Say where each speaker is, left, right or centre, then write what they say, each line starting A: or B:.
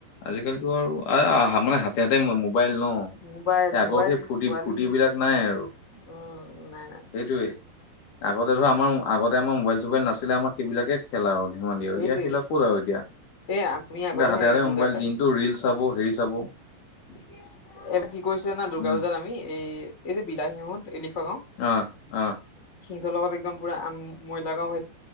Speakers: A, on the left; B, on the left.
A: আজি কালিটো আৰু আহা মানে হাত তাতেই মোবাইল ন সেই
B: মোবাইল
A: আগৰ
B: মোবাইল
A: সেই ফূৰ্তি
B: ছোৱালী
A: ফূৰ্তি বিলাক নাই আৰু
B: উম নাই নাই
A: সেইটোৱেই আগতে ধৰ আমাৰ আগতে আমাৰ মোবাইল চোবাইল নাছিলে আমাৰ সেইবিলাকে খেলা ধেমালি
B: সেইটোৱে
A: আৰু এতিয়া সেইবিলাক ক'ত আৰু এতিয়া
B: এই আমি আগতে
A: হাতে
B: হে
A: হাতে
B: দুৰ্গা
A: মোবাইল দিনটো ৰিল চাব হেৰি চাব
B: এবাৰ কি কৰিছিলে না দ দুৰ্গা
A: উম
B: পূজাত আমি এই এই যে বিলাহীহত এই লিখোৱা গাও
A: অ অ
B: সিহঁতৰ লগত একদম পূৰা ময়লা গাঁও